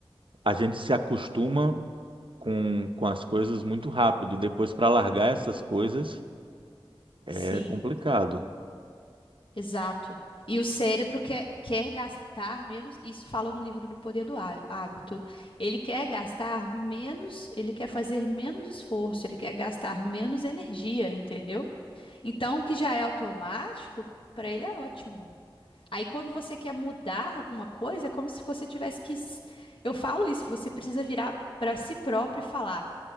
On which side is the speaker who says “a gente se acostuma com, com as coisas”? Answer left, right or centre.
Right